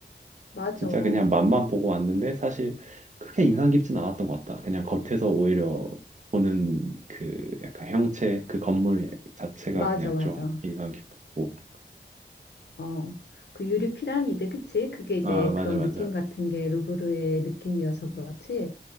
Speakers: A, on the left; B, on the right.
A: 맞아.
B: 진짜
A: 어,
B: 그냥 맛만 보고 왔는데 사실 그렇게 인상 깊진 않았던 것 같다. 그냥 겉에서 오히려 보는 그 약간 형체, 그 건물 자체가
A: 맞아,
B: 그냥
A: 맞아.
B: 좀 인상 깊었고,
A: 어, 그 유리 피라미드, 그치? 그게 이제
B: 아, 맞아,
A: 그런
B: 맞아.
A: 느낌 같은 게 루브르의 느낌이어서 그렇지.